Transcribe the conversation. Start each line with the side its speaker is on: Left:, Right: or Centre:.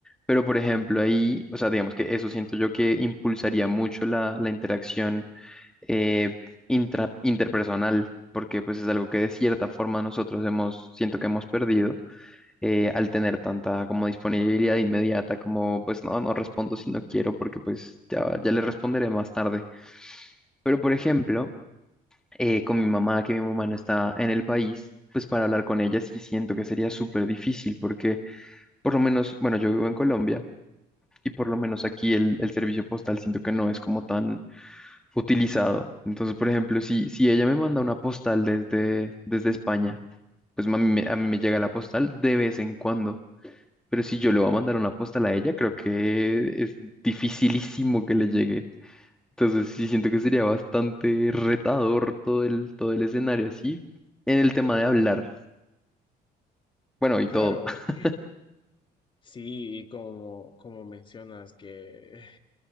Centre: Pero, por ejemplo, ahí, o sea, digamos que eso siento yo que impulsaría mucho la, la interacción eh, intra- interpersonal, porque pues es algo que de cierta forma nosotros hemos, siento que hemos perdido eh, al tener tanta como disponibilidad inmediata, como pues no, no respondo si no quiero, porque pues ya, ya le responderé más tarde. Pero por ejemplo, eh, con mi mamá, que mi mamá no está en el país. Pues para hablar con ella sí siento que sería súper difícil porque por lo menos, bueno, yo vivo en Colombia y por lo menos aquí el, el servicio postal siento que no es como tan, utilizado. Entonces, por ejemplo, si, si ella me manda una postal desde, desde España, pues a mí, me- a mí me llega la postal de vez en cuando. Pero si yo le voy a mandar una postal a ella, creo que es dificilísimo que le llegue. Entonces, sí siento que sería bastante retador todo el, todo el escenario así. En el tema de hablar, bueno, y
Left: Claro,
Centre: todo. <laughs>
Left: y- sí, y como, como mencionas, que eh,